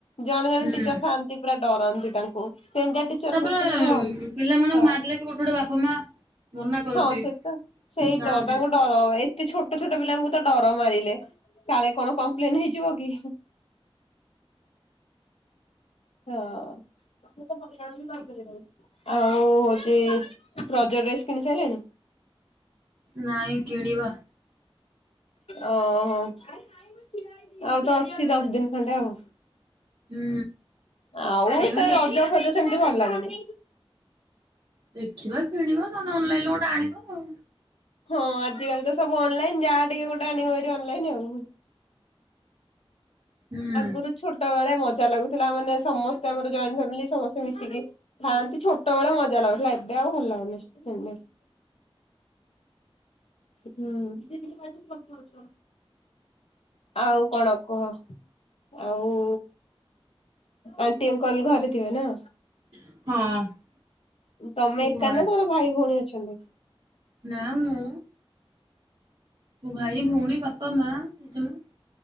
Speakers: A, on the left; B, on the right.
A: ଜଣେ ଜଣେ
B: ହୁଁ।
A: ଟିଚର ଥାଆନ୍ତି ପୁରା ଡରନ୍ତି ତାଙ୍କୁ। ସେଇନ୍ତିଆ ଟିଚର
B: ତାପରେ
A: ଗୋଟେ ଥରରେ ଭଲ
B: ପିଲାମାନଙ୍କୁ
A: ହଁ
B: ମାରିଲେ ବି ଗୋଟେ ଗୋଟେ ବାପା ମା ମନା କରନ୍ତି।
A: ହଁ ସେ ସେଇ
B: ଛାଡନ୍ତିନି
A: ତ ତାଙ୍କୁ ଡର ଏତେ ଛୋଟ ଛୋଟ ପିଲାଙ୍କୁ ତ ଡର ମାରିଲେ। କାଳେ କଣ କମ୍ପ୍ଲେନ ହେଇଯିବ କି? ହଁ। ଆଉ ହଉଛି ରଜ ଡ୍ରେସ କିଣି ସାରିଲେଣି?
B: ନାଇଁ କିଣିବା।
A: ଓହୋ ଆଉ ତ ଅଛି ଦଶ ଦିନ ଖଣ୍ଡେ ଆଉ।
B: ହୁଁ।
A: ଆଉ
B: କିଣିବା
A: ତା
B: ଦେଖିକି।
A: ରଜ ଫଜ ସେମିତି ଭଲ ଲାଗୁନି।
B: ଦେଖିବା କିଣିବା, ନହେଲେ ଅନଲାଇନ ରୁ ଗୋଟେ ଆଣିବା ଆଉ।
A: ହଁ ଆଜିକାଲି ତ ସବୁ ଅନଲାଇନ, ଯାହା ଟିକେ ଗୋଟେ ଆଣିବ ହାରୀ ଅନଲାଇନ ଆଉ।
B: ହୁଁ।
A: ଆଗୁରୁ ଛୋଟ ବେଳେ ମଜା ଲାଗୁଥିଲା। ମାନେ ସମସ୍ତେ ଆମର ଜଏଣ୍ଟ ଫ୍ୟାମିଲ ସମସ୍ ସ୍ତେ ମିଶିକି ଥାଆନ୍ତି, ଛୋଟ ବେଳେ ମଜା ଲାଗୁଥିଲା ଏବେ ଆଉ ଭଲ ଲାଗୁନି <unintelligible> <inaudible> <unintelligible> କଣ କୁହ ଆଉ ଆଣ୍ଟି ଅଙ୍କଲ୍ ଘରେ ଥିବେ ନା।
B: ହଁ।
A: ତମେ
B: ସବୁ
A: ଏକା
B: ଘରେ
A: ନା ତମର ଭାଇ ଭଉଣୀ ଅଛନ୍ତି?
B: ନା ମୁଁ ମୋ ଭାଇ ଭଉଣୀ ବାପା ମା ଜେଜେମା।